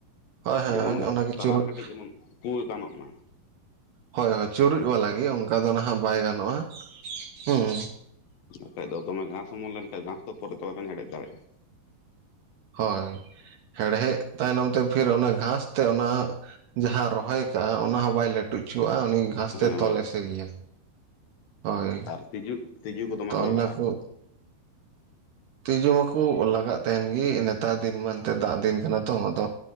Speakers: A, on the right; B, on the left.
A: ᱦᱳᱭ ᱦᱳᱭ
B: ᱡᱮᱢᱚᱱ ᱚᱸᱰᱮ
A: ᱚᱱᱟᱜᱮ
B: ᱛᱟᱞᱟ
A: ᱪᱩᱨᱩᱡ
B: ᱨᱮ ᱠᱟᱹᱴᱤᱡ ᱡᱮᱢᱚᱱ ᱯᱩ ᱜᱟᱱᱚᱜ ᱢᱟ
A: ᱦᱳᱭ ᱦᱳᱭ ᱪᱩᱨᱩᱡ ᱵᱟᱞᱟ ᱜᱮ ᱚᱝᱠᱟ ᱫᱚ ᱱᱟᱦᱟᱜ ᱵᱟᱭ ᱜᱟᱱᱚᱜᱼᱟ ᱦᱩᱸ
B: ᱦᱩᱸ ᱵᱟᱠᱷᱟᱡ ᱫᱚ ᱫᱚᱢᱮ ᱜᱷᱟᱸᱥ ᱚᱢᱚᱱ ᱞᱮᱱᱠᱷᱟᱡ ᱜᱷᱟᱸᱥ ᱫᱚ ᱯᱚᱨᱮ ᱛᱮ ᱵᱟᱵᱮᱱ ᱦᱮᱲᱦᱮᱫ ᱫᱟᱲᱮᱜ-ᱟ
A: ᱦᱳᱭ ᱦᱮᱲᱦᱮᱫ ᱛᱟᱭᱱᱚᱢ ᱛᱮ ᱯᱷᱤᱨ ᱚᱱᱟ ᱜᱷᱟᱸᱥ ᱛᱮ ᱚᱱᱟ ᱡᱟᱦᱟᱸ ᱨᱚᱦᱚᱭ ᱠᱟᱜᱼᱟ ᱚᱱᱟ ᱦᱚᱸ ᱵᱟᱭ ᱞᱟᱹᱴᱩᱡ ᱦᱚᱪᱚᱣᱟᱜᱼᱟ ᱩᱱᱤ ᱜᱷᱟᱸ
B: ᱦᱮᱸ
A: ᱛᱮ ᱛᱚᱞ
B: ᱵᱚᱞᱮ
A: ᱮᱥᱮᱫᱭᱟᱭ ᱦᱳᱭ
B: ᱟᱨ ᱛᱤᱡᱩ ᱛᱤᱡᱩ ᱠᱚ ᱫᱚᱢᱮ
A: ᱛᱚ ᱚᱱᱱᱟ
B: ᱞᱟᱜᱟᱜᱼᱟ
A: ᱠᱚ ᱛᱤᱡᱩ ᱢᱟᱠᱚ ᱞᱟᱜᱟᱜ ᱛᱟᱦᱮᱱ ᱜᱮ ᱱᱮᱛᱟᱨ ᱫᱤᱱ ᱢᱟ ᱮᱱᱛᱮ ᱫᱟᱜ ᱫᱤᱱ ᱠᱟᱱᱟ ᱛᱚ ᱟᱫᱚ